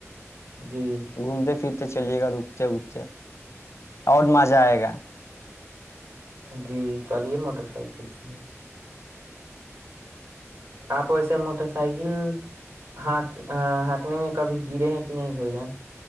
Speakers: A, on the right (about 60°); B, on the left (about 65°).
A: جی
B: گھومتے پھرتے تے چلیے گا رکتے اکتے اور مزہ آئے گا
A: جی چلیے موٹر سائیکل سے آپ ویسے موٹر سائیکل ہک ہانکنے میں کبھی گرے ہیں کہ نہیں بھ ج